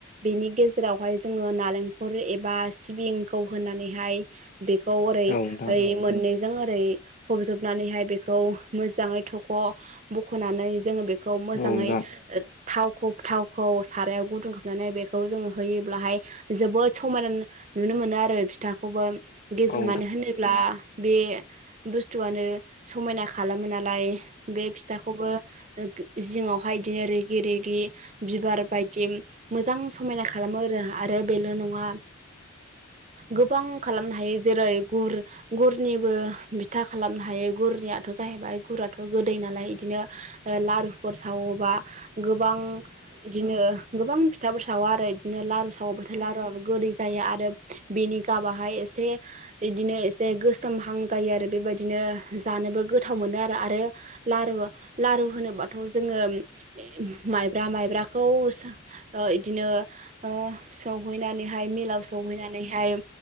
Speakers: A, on the right; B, on the left.
A: बेनि गेजेरावहाय जोङो नालेंखर एबा सिबिंखौ होनानैहाय बेखौ ओरै
B: औ नोंथां
A: ओरै मोननैजों ओरै फबजोबनानैहाय बे बेखौ मोजाङै थख' बख'नानै जोङो बेखौ मोजाङै
B: औ नोंथां औ नोंथां औ नोंथां औ नोंथां
A: थावखौ थावखौ सारायाव गुदुं खालामनानै बेखौ जोङो होयोब्लाहाय जोबोद समायना नु नुनो मोनो आरो फिथाखौबो। गेजों
B: औ नोंथां औ
A: मानो होनोब्ला बे बुस्थुआनो समायना खालामो नालाय। बे फिथाखौबो जिङावहाय इदिनो रिगि रिगि बिबार बायदि मोजां समायना खालामो आरो आरो बेल' नङा। गोबां खालामनो हायो जेरै गुर गुरनिबो बिथा खालामनो हायो। गुरनियाथ' जाहैबाय गुराथ' गोदै नालाय इदिनो लारुफोर सावोबा गोबां इदिनो गोबां फिथाफोर सावा आरो इदिनो लारु सावाब्लाथाय लारुआाबबो गोदै जायो आरो बेनि गाबाहाय एसे इदिनो एसे गोसोमहां जायो आरो बेबायदिनो जानोबो गोथाव मोनो आरो आरो लारु लारु होनोबाथ' जोङो ऐ माइब्रा माइब्राखौ सा ओ इदिनो ओ सौहैनानैहाय मिलाव सौहैनानैहाय